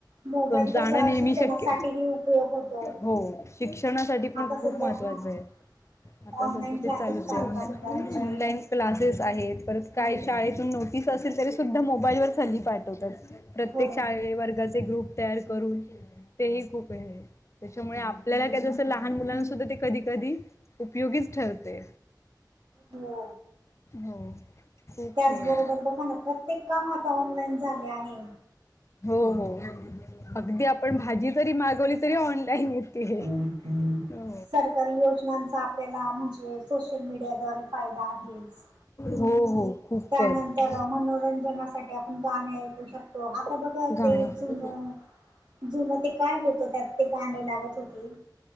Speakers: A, on the right; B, on the left.
A: मोबाईल
B: जाणं
A: कसा
B: नेहमी
A: शिक्षणासाठीही
B: शक्य
A: उपयोग होतो
B: हो शिक्षणासाठी. पण
A: आता सध्या
B: खूप महत्त्वाचं
A: हा
B: आहे आता
A: ऑनलाईन
B: सधा
A: क्लासेस
B: ते चालूच
A: चालता
B: आहे ऑन
A: मुलांचे
B: ऑनलाईन. क्लासेस आहेत परत काय शाळेतून नोटीस असेल तरी सुद्धा मोबाईल वर हाली पाठवतात. प्रत्येक
A: हो
B: शाळे वर्गाचे ग्रुप तयार करून तेही खूप आहे. त्याच्यामुळे आपल्याला काय जसं लहान मुलांसद्धा ते कधी कधी. उपयोगीच ठरते.
A: हो,
B: हो, खूप
A: त्याचबरोबर
B: हे आहे
A: बघा ना प्रत्येक काम आता ऑनलाईन झाले आहे.
B: हो हो, अगदी आपण. भाजी जरी मागवली तरी ऑनलाईन. येते
A: हम हम.
B: हो
A: सरकारी योजनांचा आपल्याला म्हणजे सोशल मीडिया द्वारे फायदा आहेच.
B: हो हो, खूपच
A: त्यानंतर मनोरंजनासाठी आपण गाणी ऐकू शकतो. तो आता बघा
B: गाणे
A: ते जुन. जुनं ते काय होतं त्यात ते गाणे लागत होते.